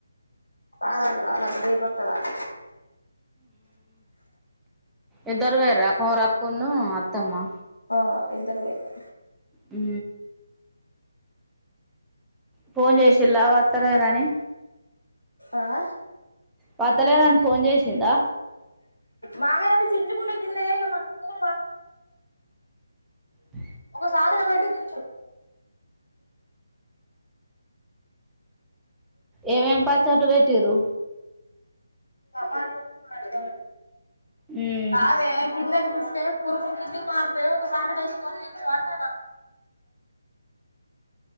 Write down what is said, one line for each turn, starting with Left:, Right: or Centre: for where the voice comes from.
Left: రాలేదు రాలేదు రేపోతదంట,
Centre: ఇద్దరు పోయిరా, కొమరక్క ను అత్తమ్మా,
Left: ఆ ఇద్దరు పోయిరా,
Centre: ఉ ఫోన్ చేసిలా వాత్తలే రాని,
Left: ఆ
Centre: వాతలే ను అన్ని ఫోన్ చేసిందా,
Left: మామే అవి చింజ కుండడా, కన్నన్నాగా మరి ప
Centre: అ
Left: ఒక సాధగా పెట్టితు,
Centre: ఏమేమి పచ్చట్లు పెట్టిండ్రు,
Left: టమాటాలు మాడతాయి
Centre: మ్మ్
Left: కాదే క స్తే పురుగుని కిందికి మారుతే, ఒక చట్ట తీసుకొని ఎత్తు అంటను,